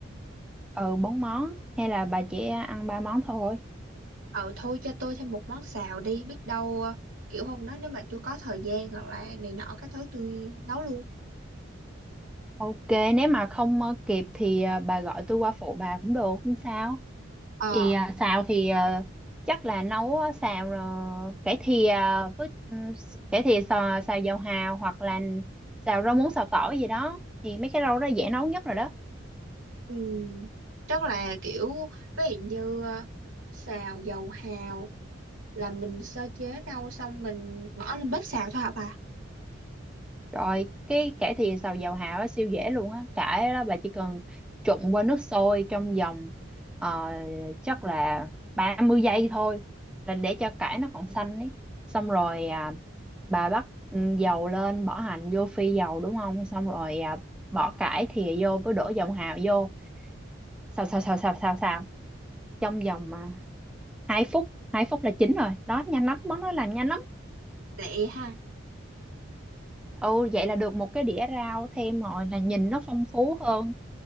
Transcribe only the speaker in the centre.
ừ bốn món hay là bà chỉ ăn ba món thôi
ok nếu mà không ờ, kịp thì ờ, bà gọi tôi qua phụ bà cũng được không sao
Vì à, xào thì ờ, chắc là nấu á, xào ờ, cải thìa với ừ, s- cải thìa xào, xào dầu hào hoặc là xào rau muống xào tỏi gì đó thì mấy cái rau đó dễ nấu nhất rồi đó
Rồi cái cải thìa xào dầu hào á, siêu dễ luôn á. Cải đó bà chỉ cần trụng qua nước sôi trong vòng ờ, chắc là 30 giây thôi là để cho cải nó còn xanh ấy. Xong rồi à, bà bắt ừ, dầu lên bỏ hành vô phi dầu đúng không? Xong rồi à, bỏ cải thìa vô với đổ dầu hào vô. Xào xào xào xào xào xào trong vòng à, 2 phút, 2 phút là chín rồi. Đó nhanh lắm, món đó làm nhanh lắm.
Ừ vậy là được một cái đĩa rau thêm rồi là nhìn nó phong phú hơn